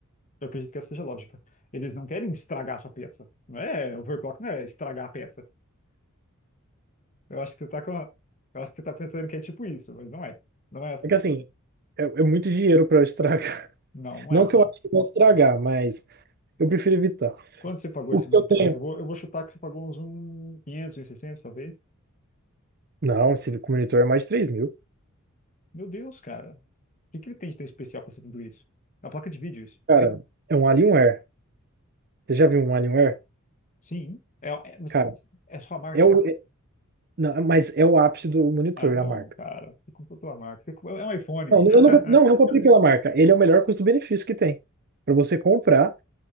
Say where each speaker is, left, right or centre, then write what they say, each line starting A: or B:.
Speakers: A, on the left (about 35°); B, on the right (about 45°).
A: Eu acredito que essa seja a lógica. Eles não querem estragar a sua peça. Não é overclock, não é estragar a peça. Eu acho que você tá com, a- eu acho que você tá pensando que é tipo isso, mas não é. Não é assim.
B: é que assim, é, é muito dinheiro para eu estragar.
A: Não,
B: <laughs>
A: não
B: Não
A: é assim.
B: que eu acho que vou estragar, mas eu prefiro evitar.
A: Quanto você pagou
B: O
A: esse
B: que
A: monitor?
B: eu tenho?
A: Eu vou, eu vou chutar que você pagou uns um quinhentos uns 600, talvez.
B: Não, esse monitor é mais de três mil.
A: Meu Deus, cara. O que que ele tem de tão especial para ser tudo isso? É uma placa de vídeo isso.
B: Cara, é um Alienware. Você já viu um Alienware?
A: Sim, é, é, mas
B: cara
A: é sua marca.
B: É o, é- não, mas é o ápice do monitor,
A: Ah, não,
B: a marca.
A: cara. Você comprou tua marca. Você comprou- é um iPhone.
B: Não, não,
A: <laughs>
B: eu não, comp- não, eu não comprei pela marca. Ele é o melhor custo-benefício que tem. Para você comprar,